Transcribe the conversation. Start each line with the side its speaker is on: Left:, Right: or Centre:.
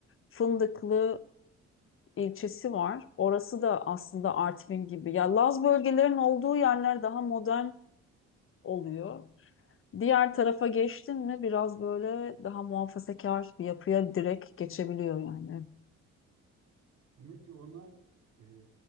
Left: Fındıklı ilçesi var. Orası da aslında Artvin gibi. Ya Laz bölgelerin olduğu yerler daha modern oluyor. Diğer tarafa geçtin mi biraz böyle daha muhafazakar bir yapıya direkt geçebiliyor yani.
Right: Demek ki onlar e,